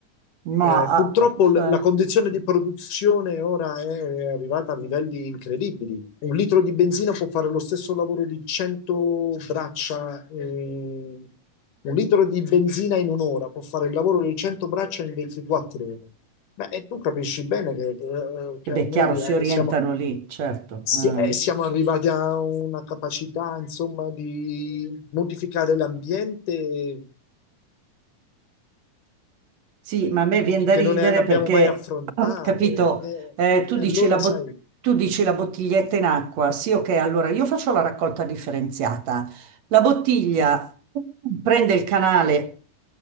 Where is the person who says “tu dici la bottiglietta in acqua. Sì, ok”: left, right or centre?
Right